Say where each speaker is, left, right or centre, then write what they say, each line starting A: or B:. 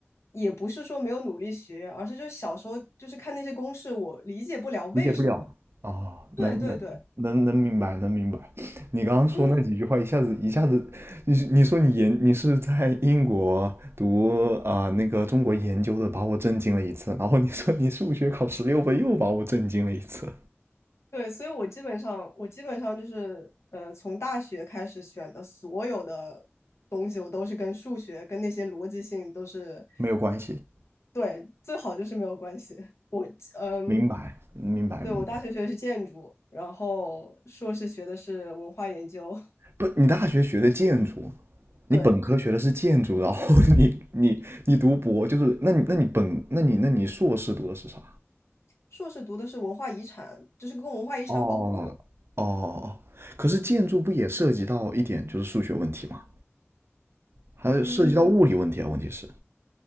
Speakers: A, on the left; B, on the right.
A: 也不是说没有努力学，而是就小时候就是看那些公式，我理解不了为什么。
B: 理解不了，哦，
A: 对对对，
B: 能能能能明白，能明白。你刚刚说那几句话，
A: 因为
B: 一下子一下子，你是你说你研你是在英国读啊、呃那个中国研究的，把我震惊了一次。然后你说你数学考十六分，又把我震惊了一次。
A: 对，所以我基本上，我基本上就是，呃，从大学开始选的所有的东西，我都是跟数学、跟那些逻辑性都是，
B: 没有关系，
A: 对，最好就是没有关系。我，嗯，
B: 明白，明白，
A: 对，
B: 明白。
A: 我大学学的是建筑，然后硕士学的是文化研究，
B: 不，你大学学的建筑，
A: <laughs>
B: 你本科学的是建筑，
A: 对，
B: 然后 <laughs> 你你你读博，就是那你那你本那你那你硕士读的是啥？
A: 硕士读的是文化遗产，就是跟文化遗产保护有，
B: 哦哦，，可是建筑不也涉及到一点就是数学问题吗？还有涉及到物理问题啊，
A: 嗯，
B: 问题是，